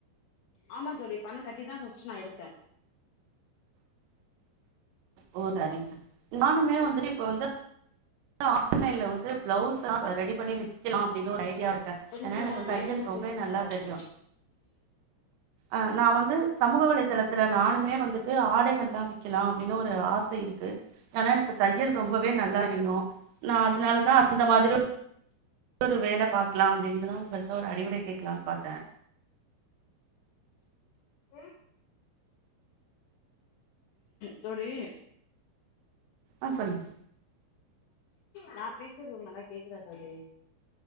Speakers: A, on the left; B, on the right.
A: ஆமா தோழி பண்ண கட்டிதா ஃஸ்ட்ட்டு நா எடுத்தே
B: ஓ சரிங்க நானுமே வந்து இப்ப வந்து ஆன்லைல வந்து பிளவுஸ் ரெடி பண்ணி விக்கலாம் அப்ப <inaudible> இருக்கே
A: கொஞ்சோ
B: என ந வந்து
A: வேகமா
B: தயல் ரொம்பவே
A: பேசுனீங்கனா
B: நல்லா தெரியு
A: இருக்கு
B: ஆஹ் நா வந்து சமூக வலைதளத்து நானுமே வந்துட்டு ஆடைகல்லாம் விக்கிலாம் அப்டின்னு ஒரு ஒரு ஆச இருக்கு ஆனா எனக்கு தையல் ரொம்பவே நல்லா தெரியும் நான் அதனாலதான் அந்த மாரி <unintelligible> ஒரு வேல பாக்கலா அப்டின்னுதா உங்ககிட்ட ஒரு அறிவுர கேட்கலானு பாத்த
A: ஆஹ் தோழி
B: அ சொல்லுங்
A: நா பேசுறது நல்லா கேக்குதா தோழி